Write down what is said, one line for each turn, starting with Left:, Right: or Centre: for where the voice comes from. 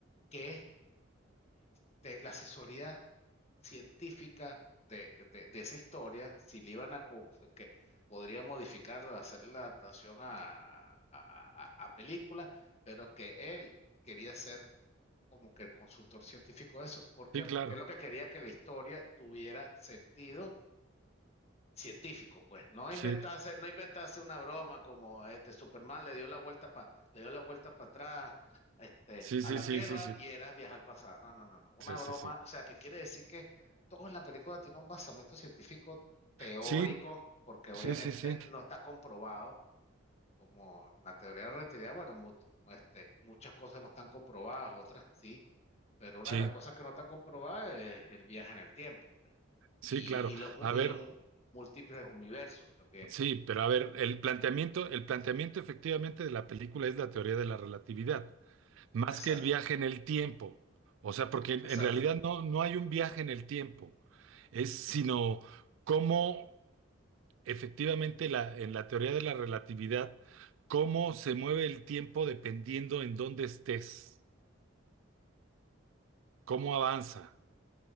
Left: que este, la asesoría científica de, de- de esa historia, si le iban a, co- que podría modificarla, hacer la adaptación a, a, a- a película, pero que él quería ser como que el consultor científico de eso. ¿Por qué?
Right: Sí, claro.
Left: Porque él lo que quería que la historia tuviera sentido científico, pues, no
Right: Sí.
Left: inventarse, no inventarse una broma como este Superman le dio la vuelta pa, le dio la vuelta para atrás este,
Right: Sí,
Left: a
Right: sí,
Left: la
Right: sí,
Left: Tierra
Right: sí, sí,
Left: y era viajar al pasado. No, no, no, no. Una
Right: sí,
Left: broma,
Right: sí, sí.
Left: o sea, que quiere decir que todo en la película tiene un basamento científico teórico,
Right: Sí,
Left: porque obviamente
Right: sí, sí, sí,
Left: no está comprobado, como la teoría de la relatividad, bueno, mu- este, muchas cosas no están comprobadas, otras sí pero una
Right: sí,
Left: de las cosas que no está comprobada es el viaje en el tiempo, pues.
Right: sí,
Left: Y,
Right: claro.
Left: y los, mu-
Right: A
Left: y
Right: ver,
Left: los mu- múltiples universos también.
Right: sí, pero a ver, el planteamiento, el planteamiento efectivamente de la película es la teoría de la relatividad, más
Left: Exacto,
Right: que el viaje en el tiempo. O sea, porque en
Left: exacto.
Right: en realidad no, no hay un viaje en el tiempo, es sino cómo efectivamente la, en la teoría de la relatividad, cómo se mueve el tiempo dependiendo en dónde estés, cómo avanza.